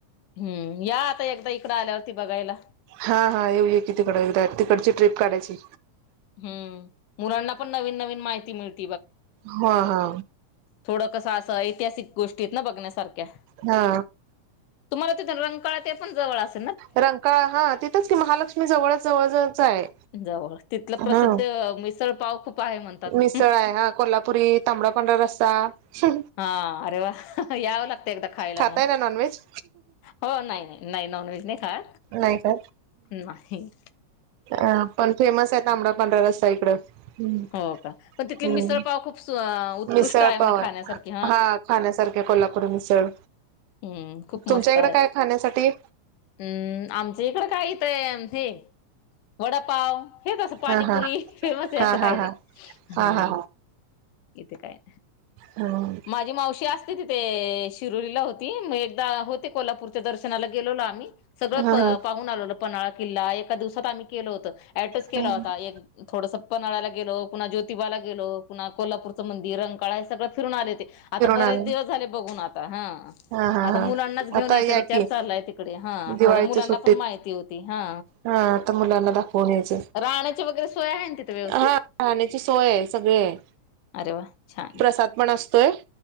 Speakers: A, on the left (about 90°); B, on the right (about 80°).
A: हम्म या आता एकदा इकडं आल्यावरती बघायला
B: हा हा येऊ आहे की तिकड एकदा तिकडची ट्र्रीप काढायची
A: हम्म मुलांना पण नवीन नवीन माहिती मिळते
B: हा हा
A: थोडं कसं असं ऐतिहासिक गोष्टीत ना बघण्यासारख्या
B: हा
A: तुम्हाला रंगकळा ते पण जवळ असत
B: रंकाळ हा तिथंच की महालक्ष्मी जवळ जवळच आहे
A: जवळ तिथलं प्रसिद्ध
B: हा
A: मिसळ पाव खूप आहे म्हणतात
B: मिसळ आहे हा कोल्हापुरी तांबडा पांढरा रस्सा
A: हा अरे वा यावं लागतं एकदा खायला
B: खातय
A: मग
B: ना नॉन व्हेज
A: हो नाही नाही नाही नॉन व्हेज नाही खा
B: नाही का
A: नाहीम्
B: अ पण फेमस आहे तांबड पंढरा रस्ता इकडं ह्
A: हो का पण तिथली
B: ह्
A: मिसळपाव खूप उत्कृष्ट
B: मिसळ
A: म्हणे
B: पाव आहे
A: खाण्यासारखी
B: हा खाण्यासारख कोल्हापूर मिसळ
A: हम्म खूप मस्त
B: तुमच्या इकडे
A: आहे
B: काय खाण्यासाठी
A: हम्म आमच्या इकडं काय येतय हे वडापाव हे तसं पाणीपुरी
B: हा हा
A: फेमस आहे
B: हा
A: असं काही
B: हा
A: नाही
B: हा हा
A: हम्
B: हा
A: इथे काय
B: हा
A: माझी मावशी असते तिथे शिरोलीला होती मग एकदा होते कोल्हापूरच्या दर्शनाला गेलोलो आम्ही सगळं
B: हा हा
A: पाहून आलंलं पन्हाळा किल्ला एका दिवसात आम्ही केलं होत ऍड्रेस केला
B: फिरून
A: होता एक थोडंसं पनळा्याला गेलो पुन्हा ज्योिबाला गेलो पुन्हा कोल्हापूरचं मंदिर रंगकाळा हे सगळं फिरून आले ते आता बरेच
B: आले
A: दिवस झाले बघून आता हा
B: हा हा
A: आता
B: हा
A: मुलांनाच घेऊन
B: आता
A: यायचा
B: या
A: विचार
B: की
A: चाललाय तिकडे हा
B: दिवाळीच्या
A: थोड मुलांना
B: सुट्टीत
A: पण माहिती होती हा
B: हा आता मुलाणादा फोन यच
A: राहण्याची वगैरे सोय आहे ना तिथे व्यवस्थित
B: हा राहण्याची सोय आहे सगळे आहे
A: अरे वा छान
B: प्रसाद
A: आहे
B: पण असतोय